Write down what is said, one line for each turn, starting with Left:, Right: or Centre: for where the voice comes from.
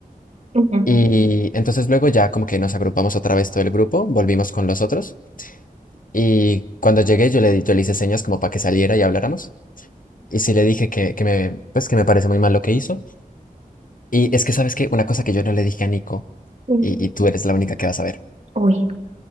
Right: Ujú.
Left: Y entonces luego ya como que nos agrupamos otra vez todo el grupo, volvimos con los otros. Y cuando llegué yo le, di- yo le hice señas como para que saliera y habláramos. Y sí le dije que, que me, pues que me parece muy mal lo que hizo. Y es que, ¿sabes qué? Una cosa que yo no le dije a Nico,
Right: Uy.
Left: y, y tú eres la única que vas a ver.
Right: Uy.